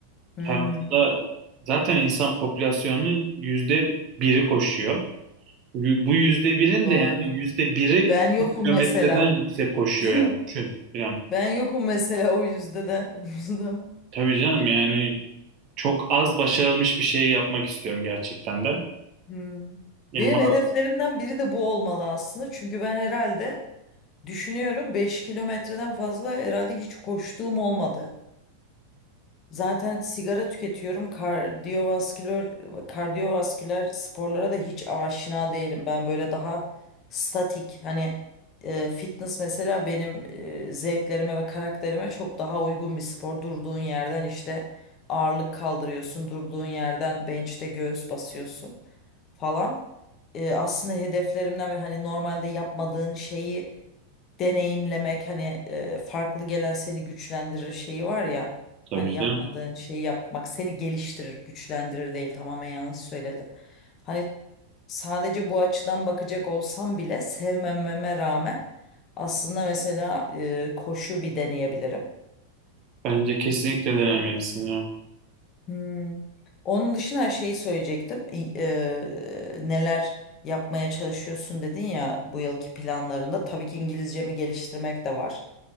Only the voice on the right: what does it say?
Hayatında
zaten insan popülasyonunun yüzde biri koşuyor. Bu yüzde birin
de yani yüzde biri
kilometreden
yüksek koşuyor
yani. Düşün. İrem.
Tabii canım yani Çok az başarılmış bir şeyi yapmak istiyorum gerçekten de.
Ama
tabii
canım.
Bence kesinlikle denemelisin ya.